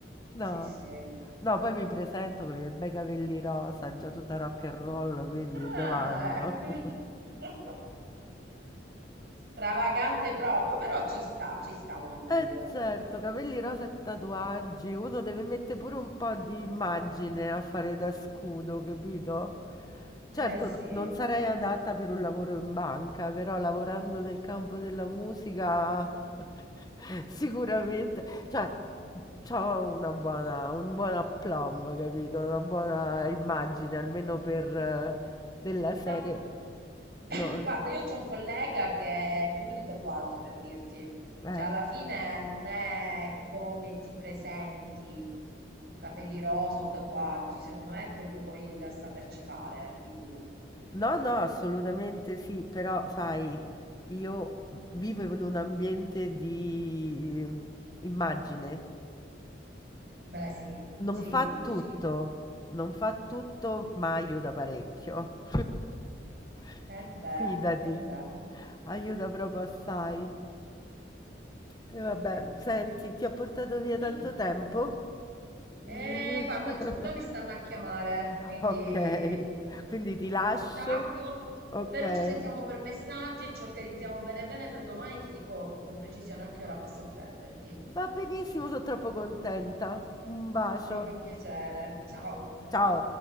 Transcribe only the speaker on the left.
No,
no, poi mi presento con i miei bei capelli rosa, già tutta rock and roll, quindi dov'anno?
<laughs>
Eh
certo, capelli rosa e tatuaggi, uno deve mettere pure un po' di immagine a fare da scudo, capito? Certo,
n- non sarei adatta per un lavoro in banca, però lavorando nel campo della musica <laughs> sicuramente, cioè, c'ho una buona, un buon aplomb, capito? Una buona immagine, almeno per eh, della serie.
No,
sì.
eh.
No, no, assolutamente sì, però sai, io vivo in un ambiente di eh, immagine.
Non
fa
tutto,
non fa tutto, ma aiuta parecchio. <laughs>
Fidati,
aiuta proprio assai. E vabbè,
senti, ti ho portato via
tanto tempo. <laughs>
Ok, quindi ti lascio.
Ok.
Va benissimo, sono troppo contenta. Un bacio.
Ciao.